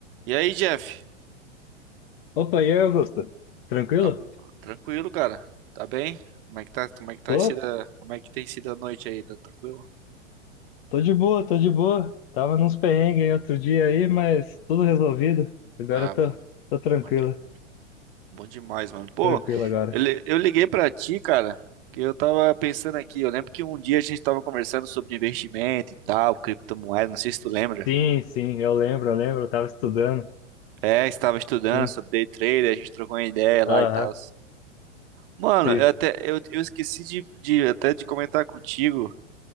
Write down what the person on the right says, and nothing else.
E aí, Jeff?
Tá tranquilo, cara? Tá bem? Como é que tá, como é que tá
sido, a- como é que tem sido a noite aí? Tá tranquilo?
Ah,
bom.
Bom, de- bom demais, mano. Pô,
eu, li- eu liguei pra ti, cara, que eu tava pensando aqui. Eu lembro que um dia a gente tava conversando sobre investimento e tal, criptomoeda, não sei se tu lembra.
É, estava estudando
sobre day trader, a gente trocou uma ideia lá
e tal. Mano,
eu até eu, eu esqueci de, de até de comentar contigo,